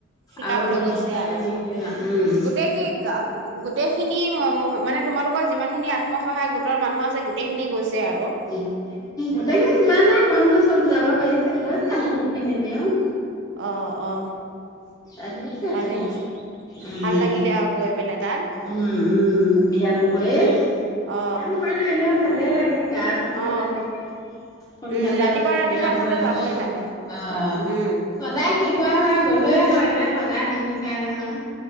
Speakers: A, on the right (about 60°); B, on the left (about 20°).
A: শিকাবলৈ
B: আৰু দুজনমান
A: গৈছে আৰু
B: আহিছে উম।
A: গোটেই কি গা গোটেইখিনি মানে তোমালোকৰ যিমানখিনি আত্মসহায়ক গোটৰ মানুহ আছে গোটেইখিনি গৈছে আৰু
B: গোটেইখিনি যোৱা নাই কতণো চব যাব পাৰিছে গৈছো বহুত খিনি তেওঁ
A: অ অ
B: আহিছে
A: ভালেই
B: বহুত উম,
A: ভাল লাগিলে আৰু গৈ পেলাই তাত
B: উম উম ব্যায়াম কৰি
A: অ
B: ব্যায়াম কৰিলে এনেও ভালে লাগে গা টোও
A: অ
B: ভালে থাকে সোনকালে
A: উম ৰাতিপুৱা
B: উঠি
A: ৰাতিপুৱা
B: ব্যায়াম
A: আচলতে
B: কৰিব
A: যাবই
B: পাৰিলে অ
A: লাগে উম
B: সদায় শিকোৱা হয় গ'লোয়ে হয় এতিয়া সদায় নিশিকাই নহয়